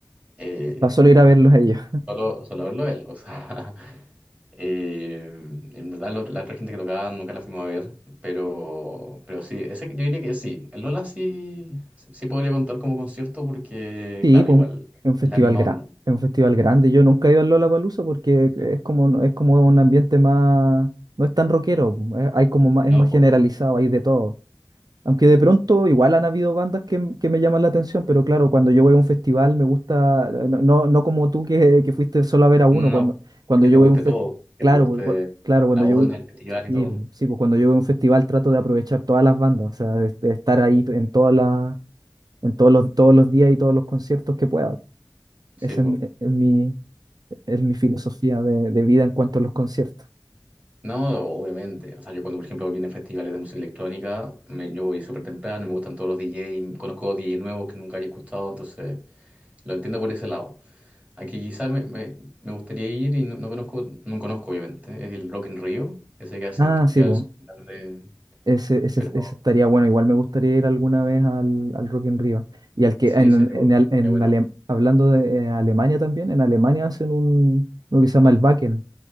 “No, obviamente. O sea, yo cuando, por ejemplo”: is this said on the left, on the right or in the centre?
Right